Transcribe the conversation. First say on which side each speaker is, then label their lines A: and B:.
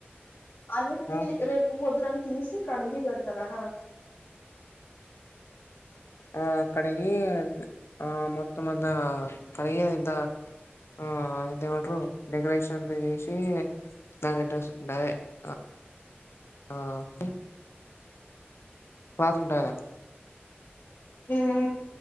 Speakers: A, on the left; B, on the left.
A: అలికి
B: ఆ
A: రేపు వద్దునన్ తీసి కడిగి పెడ్తరా?
B: ఆ కడిగి ఆ మొత్తమంతా కడిగేదా ఆ అయితే ఏమంటారు డెకరేషన్లు చేసి దానికి <inaudible> డయే అ ఆ ఇ పాత్రులుంటాయి గదా
A: హ్మ్